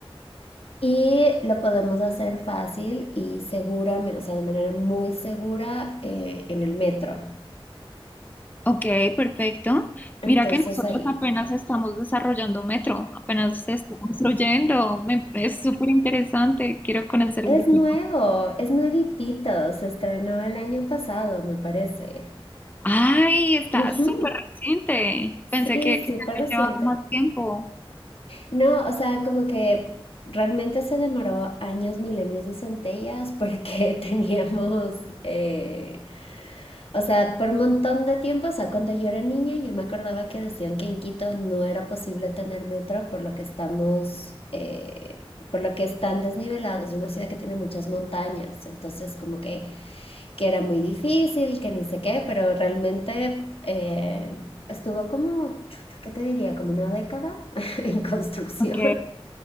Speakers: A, on the left; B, on the left.
A: y lo podemos hacer fácil y seguramente, o sea, de manera muy segura eh, en el metro.
B: Ok, perfecto.
A: Entonces
B: Mira que nosotros
A: ahí,
B: apenas
A: ajá.
B: estamos desarrollando metro, apenas se está construyendo. Me- es súper interesante, quiero conocer
A: Es
B: el de Quito.
A: nuevo, es nuevitito, se estrenó el año pasado, me parece.
B: Ay, está
A: Ujú,
B: súper reciente. Pensé
A: Sí,
B: que, que
A: súper
B: ya había
A: reciente.
B: llevado más tiempo.
A: No, o sea, como que realmente se demoró años, milenios y centellas porque <laughs> teníamos eh, O sea, por un montón de tiempo, o sea, cuando yo era niña, yo me acordaba que decían que en Quito no era posible tener metro por lo que estamos, eh, por lo que es tan desnivelado, es una ciudad que tiene muchas montañas, entonces como que, que era muy difícil, que ni sé qué, pero realmente eh, estuvo como, chuta, ¿qué te diría? Como una década <laughs> en construcción
B: Ok,